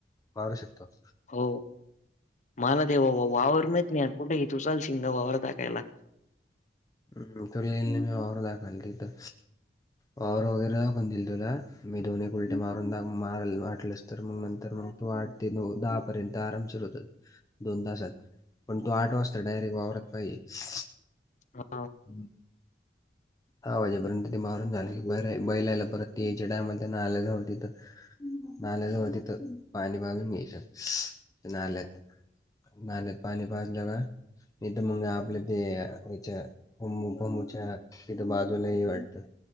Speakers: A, on the left (about 20°); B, on the left (about 45°).
A: मारू शकतो
B: हो मला ते व वा वावर मात नाही कुठेही तु चालशील का वावर दाखायला
A: हम तुला नेईल ना मी वावर दाखयला तिथ वावर वगैरे दाखुन देइल मी दोने एक उल्टे मारून दा मारल वाटलेस तर मग नंतर मग तु आठ ते नऊ दहा पर्यंत आराम सीर होतात दोन तासात पण तू आठ वाजता डायरेक्ट वावरत पाहिजे
B: हा
A: हम् दहा वाजेपर्यंत ते मारून झाले का ब बैलाला परत ते यायच्या टायमला त्यांना आलं जावं तिथं नाल्याजवळ तिथे पाणी बघून घ्यायचं. नाल्यात नाल्यात पाणी पाजले का नाही तर मग आपल्या ते याच्या फमु फमूच्या तिथं बाजूलाये वाटतं?